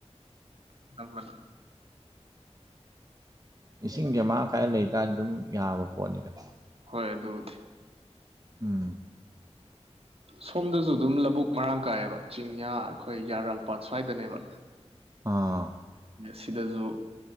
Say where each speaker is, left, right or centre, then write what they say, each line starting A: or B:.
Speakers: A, on the right (about 60°); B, on the right (about 30°).
A: ꯑꯅꯝꯕꯅ
B: ꯏꯁꯤꯡꯖꯦ ꯃꯔꯥꯡ ꯀꯥꯏ ꯂꯩꯇꯥꯔꯗꯤ ꯑꯗꯨꯝ ꯌꯥꯕ ꯄꯣꯠꯅꯤꯗ
A: ꯍꯣꯏ ꯑꯗꯨꯕꯨꯗꯤ
B: ꯎꯝ
A: ꯁꯣꯝꯗꯖꯨ ꯑꯗꯨꯝ ꯂꯕꯨꯛ ꯃꯔꯥꯡ ꯀꯥꯏꯌꯦꯕ ꯆꯤꯡꯌꯥ ꯑꯩꯈꯣꯏ ꯌꯥꯔꯥꯜꯄꯥꯥꯠ ꯁ꯭ꯋꯥꯏꯗꯅꯦꯕ
B: ꯑꯥ
A: ꯁꯤꯗꯖꯨ